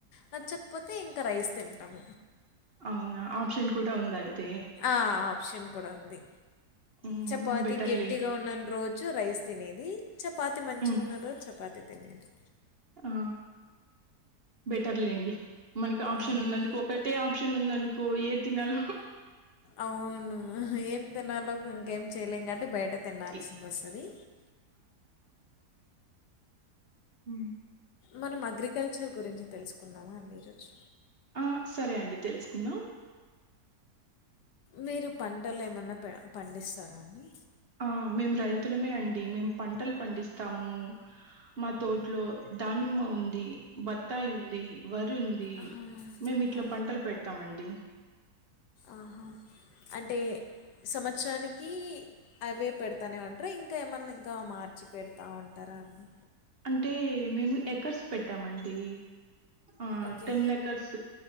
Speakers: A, on the left; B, on the right.
A: నచ్చకపోతే ఇంకా రైస్ తింటం
B: అవునా ఆప్షన్ కూడా ఉంద అయితే
A: ఆప్షన్ కూడా ఉంది
B: హ్మ్.
A: చపాతి
B: బెటర్
A: గట్టిగా
B: లేండి
A: ఉన్నన్ రోజు రైస్ తినేది చపాతి మంచిగా
B: హ్మ్.
A: ఉన్నా రోజు చపాతి తినేది
B: ఆ బెటర్లేండి మనకి ఆప్షన్
A: అవును
B: ఉన్నందుకు ఒకటే ఆప్షన్ ఉందనుకో ఏ తినాలి
A: అవును ఏం తినాలో ఇంకేం చేయలేం కాబట్టి బయట తినాల్సిసిది
B: ఇ
A: వస్తది
B: ఉ
A: మనం అగ్రికల్చర్ గురించి తెలుసుకుందామా అండి రోజు
B: ఆ సరే అండి తెలుసుకుందాం
A: మీరు పంటలు ఏమన్నా పే పండిస్తారా అండి
B: ఆ మేము రైతులమే అండి మేము పంటలు పండిస్తాము మా తోట్లో దానిమ్మ ఉంది బత్తాయి ఉంది వర్ రీ ఉంది
A: ఆహా
B: మేము ఇట్లా
A: ఆ
B: పంటలు పెడతామండి
A: ఆహా అంటే సంవత్సరానికి అవే పెడతానే ఉంటార ఇంకా ఏమైన్నా ఇంకా మార్చి పెడతా ఉంటా ర అండి
B: అంటే మేము ఎకర్స్ పెట్టామండి ఆ
A: ఓకే
B: టెన్ ఎకర్స్